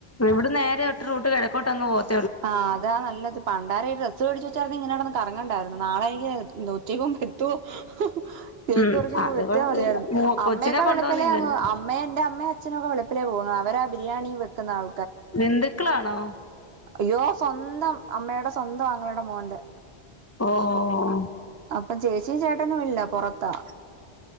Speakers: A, on the left (about 15°); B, on the right (about 75°).
A: ഇവിട നേരെ ഒറ്റ റൂട്ട് കെഴക്കോട്ടങ്ങ് പോവത്
B: ആ അതാ നല്ലത് പണ്ടാര ഈ ഡ്രസ് വേടിച്ച് വച്ചായിരുന്നെ ഇങ്ങനടന്ന് കറങ്ങ ണ്ടയിര്ന്ന് നാളെ എനിക് <unintelligible> കേക്ക്മുറികുമ്പൊ
A: ഉം അത്
B: വടെത്തിയാമതിയായ്ര്ന്നു
A: കൊഴപ്പമില്ല മോ കൊച്ചിനെ
B: അമ്മയൊക്കെ
A: കൊണ്ടുപോന്നില്ലല്ലോ
B: വെളുപിലേ അങ്ങ് അമ്മേ എൻ്റമ്മേംഅചനൊകെ വെളുപിലേ പോന്നു അവരാ ബിരിയാണി വെക്കുന്ന ആൾ
A: ബന്ദുക്കളാണോ
B: അയ്യോ സ്വന്തം അമ്മേടേ സ്വന്തം ആങ്ങളേടെ മോൻ്റെ
A: ഓ ഓ
B: അപ്പം ചേച്ചിം ചേട്ടനും ഇല്ല പൊറത്താ